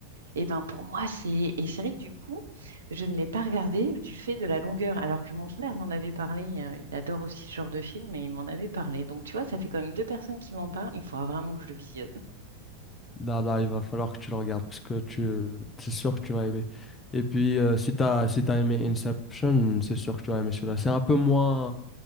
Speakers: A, on the right; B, on the left.
A: et ben pour moi, c'est. Et c'est vrai que du coup, je ne l'ai pas regardé du fait de la longueur, alors que mon frère m'en avait parlé. euh, Il adore aussi ce genre de film et il m'en avait parlé. Donc, tu vois, ça fait quand même deux personnes qui m'en parlent. Il faudra vraiment que je le visionne.
B: Là, là, il va falloir que tu le regardes parce que tu, c'est sûr que tu vas aimer. Et puis, euh, si t'as, si t'as aimé Inception, c'est sûr que tu vas aimer celui-là. C'est un peu moins,